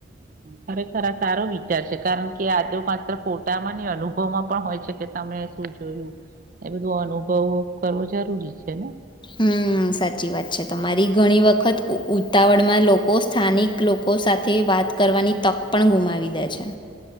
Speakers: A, on the right; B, on the left.
A: હ ખરે ખરા સારો વિચાર છે કારણ કે આજે માત્ર ફોટામાં અનુભવમાં પણ હોય છે કે તમે શું જોયું એ બધું અનુભવ પાઓક કરવો જરૂરી છે ને.
B: હમ સાચી વાત છે તમારી ઘણી વખત ઉતાવળમાં લોકો સ્થાનિક લોકો સાથે વાત કરવાની તક પણ ગુમાવી દે છે.